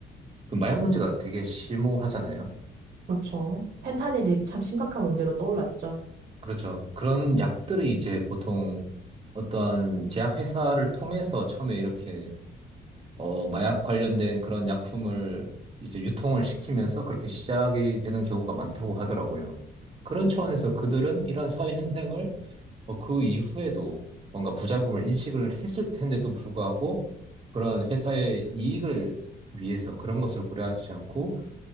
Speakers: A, on the right; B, on the right.
A: 그 마약 문제가 되게 심오하잖아요.
B: 그렇죠. 펜타닐이 참 심각한 문제로 떠올랐죠.
A: 그렇죠. 그런 약들이 이제 보통 어떠한 제약회사를 통해서 처음에 이렇게 어, 마약 관련된 그런 약품을 이제 유통을 시키면서 그렇게 시작이 되는 경우가 많다고 하더라고요. 그런 차원에서 그들은 이러한 사회 현상을 어, 그 이후에도 뭔가 부작용을 인식을 했을 텐데도 불구하고 그런 회사의 이익을 위해서 그런 것을 고려하지 않고